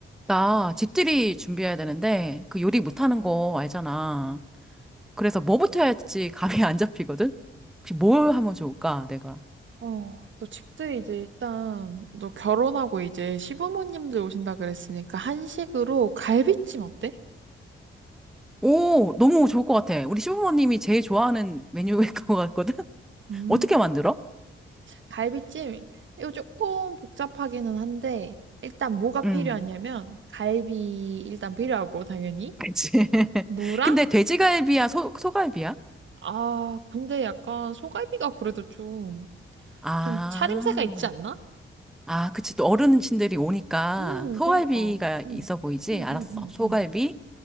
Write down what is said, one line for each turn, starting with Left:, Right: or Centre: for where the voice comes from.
Centre: 나 집들이 준비해야 되는데 그 요리 못하는 거 알잖아. 그래서 뭐부터 해야 할지 감이 안 잡히거든? 혹시 뭘 하면 좋을까, 내가?
Right: 어, 너 집들 이제 일단 너 결혼하고 이제 시부모님들 오신다 그랬으니까 한식으로 갈비찜 어때?
Centre: 오, 너무 좋을 것 같아. 우리 시부모님이 제일 좋아하는 메뉴일 것 같거든? <laughs>
Right: 음,
Centre: 어떻게 만들어?
Right: 갈비찜 이거 조금 복잡하기는 한데 일단 뭐가
Centre: 음,
Right: 필요하냐면 갈비 일단 필요하고 당연히
Centre: 그치. <laughs>
Right: 무랑
Centre: 근데 돼지갈비야, 소, 소갈비야?
Right: 아 근데 약간 소갈비가 그래도 좀
Centre: 아,
Right: 좀 차림새가 있지 않나?
Centre: 아, 그치. 또 어르신들이 오니까
Right: 음
Centre: 소갈비가
Right: 그니까 음음음음음
Centre: 있어 보이지?
Right: 음,
Centre: 알았어.
Right: 음, 음,
Centre: 소갈비.
Right: 음, 음.